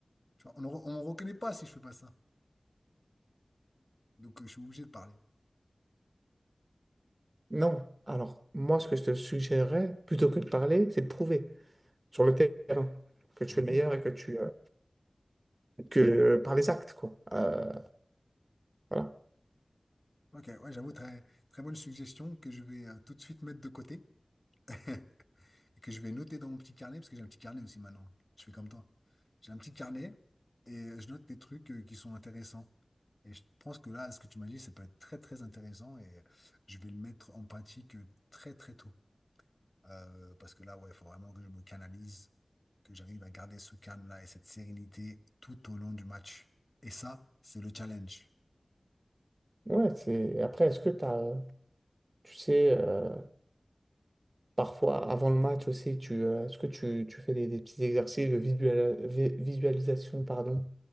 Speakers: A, on the left; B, on the right.
A: Tu vois, on ne on me reconnaît pas si je fais pas ça. Donc, euh, je suis obligé de parler.
B: Non. Alors, moi, ce que je te suggérerais, plutôt que de parler, c'est de prouver sur le terrain que tu
A: Hmm.
B: es le meilleur et que tu. euh, que euh, par les actes, quoi. Euh, Voilà.
A: Ok, ouais, j'avoue, très, très bonne suggestion que je vais euh, tout de suite mettre de côté <laughs> et que je vais noter dans mon petit carnet, parce que j'ai un petit carnet aussi maintenant. Je fais comme toi. J'ai un petit carnet et euh, je note des trucs euh, qui sont intéressants. Et je pense que là, ce que tu m'as dit, ça peut être très, très intéressant et euh, je vais le mettre en pratique euh, très, très tôt. Euh, parce que là, ouais, il faut vraiment que je me canalise, que j'arrive à garder ce calme-là et cette sérénité tout au long du match. Et ça, c'est le challenge.
B: Ouais, c'est... Après, est-ce que t'as, tu sais, euh, parfois avant le match aussi, tu, euh, est-ce que tu, tu fais des, des petits exercices de visual- vi- visualisation, pardon?